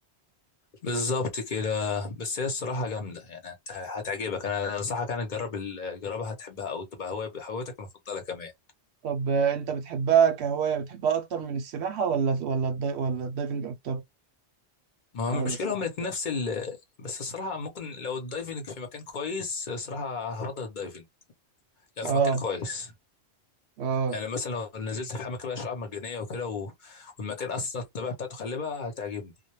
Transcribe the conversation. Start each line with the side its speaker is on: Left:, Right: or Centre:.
Left: بالظبط كده بس هي الصراحة جامدة يعني هت- هتعجبك أنا أنصحك أنا تجرب ال- تجربها هتحبها أو تبقى هواية- هوايتك المفضلة كمان
Right: طب آه، أنت بتحبها كهواية بتحبها أكتر من السباحة ولا ولا الداي ولا الدايفنج أكتر
Left: ما هو
Right: آه،
Left: المشكلة
Right: ولا السباحة
Left: هم الاتنين نفس ال... بس الصراحة ممكن لو الدايفنج في مكان كويس الصراحة هفضل الدايفنج لو
Right: اه
Left: في مكان كويس
Right: اه
Left: يعني مثلا لو نزلت في أماكن بقى شعاب مرجانية وكده و... والمكان أصلا الطبيعة بتاعته خلابة هتعجبني